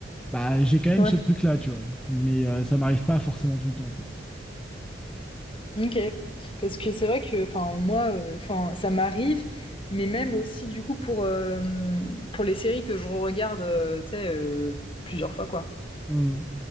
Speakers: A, in the centre; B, on the left.
A: bah j'ai quand même
B: Ouais.
A: ce truc-là, tu vois. Mais euh, ça m'arrive pas forcément tout le temps, quoi.
B: Ok, parce que c'est vrai que, enfin, moi, euh, enfin, ça m'arrive, mais même aussi, du coup, pour, euh, pour les séries que je regarde, tu sais, euh, plusieurs fois, quoi.
A: Hmm.